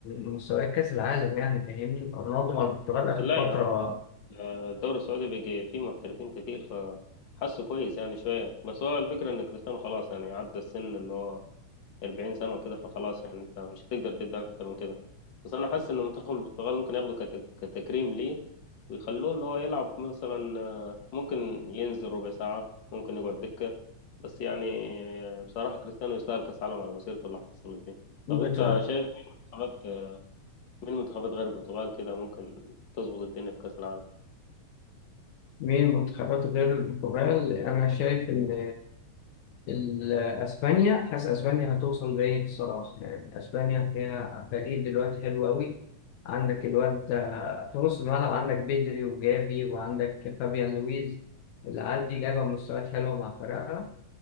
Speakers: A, on the left; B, on the left.
A: مستويات كأس العالم يعني فاهمني رونالدو مع البرتغال
B: بس
A: آخر
B: لا
A: فترة
B: يا عم الدوري السعودي بيجي فيه محترفين كتير فحسه كويس يعني شوية بس هو الفكرة إن كريستيانو خلاص يعني عدى السن اللي هو 40 سنة وكده فخلاص يعني أنت مش هتقدر تدي أكتر من كده بس أنا حاسس إن منتخب البرتغال ممكن ياخده كت- كتكريم ليه ويخلوه اللي هو يلعب مثلا آه، ممكن ينزل ربع ساعة ممكن يقعد دكة بس يعني آه، بصراحة كريستيانو يستاهل كأس عالم على مسيرته اللي حصلت دي
A: بت-
B: طب أنت شايف مين المنتخبات مين منتخبات غير البرتغال كده ممكن تظبط الدنيا في كأس العالم
A: من المنتخبات غير البرتغال أنا شايف إن ال- أسبانيا حاسس أسبانيا هتوصل بعيد الصراحة يعني أسبانيا فيها فريق دلوقتي حلو قوي عندك الواد آه، في نص الملعب عندك بدري وجافي وعندك فابيان لويز العيال دي جايبة مستويات حلوة مع فرقها